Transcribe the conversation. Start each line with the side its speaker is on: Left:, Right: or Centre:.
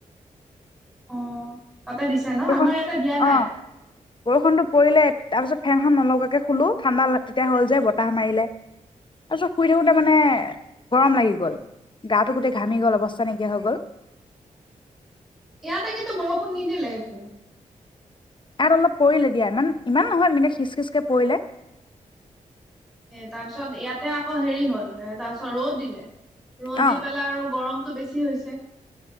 Centre: অ তাতে দিছে ন
Left: বৰষুণ
Centre: আমাৰ ইয়াতে দিয়া নাই
Left: অ বৰষুণতটো পৰিলে তাৰ পিছত ফেনখন নলাকে খুলো ঠাণ্ডা তেতিয়া হ'ল যে বতাহ মাৰিলে তাৰ পিছত শুই থাকোতে মানে গৰম লাগি গল গাটো গোটেই ঘামি গল অৱস্থা নাইকিয়া হৈ গল
Centre: ইয়াতে কিন্তু বৰষুণ নিদিলে একো
Left: ইয়াত অলপ পৰিলে দিয়া ইমান ইমান নহয় এনেকে খিচ খিচকে পৰিলে
Centre: এ তাৰ পিছত ইয়াতে আকৌ হেৰি হল এ তাৰ পিছত ৰ'দ দিলে ৰ'দ
Left: অ
Centre: দি পেলাই আৰু গৰম বেছি হৈছে